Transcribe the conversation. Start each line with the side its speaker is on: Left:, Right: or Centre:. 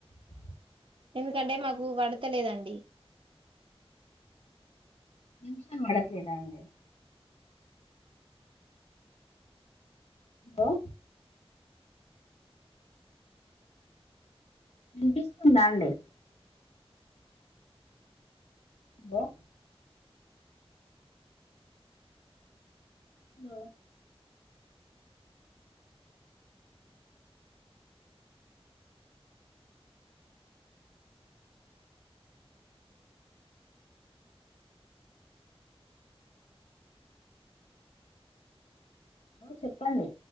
Left: <unintelligible>
Right: ఎందుకంటే మాకు కడతలేదండి
Left: నిమ్సా మక్లేద అంే <unintelligible> హలో వినిపిస్తుందా అండి హలో హలో చెప్పండి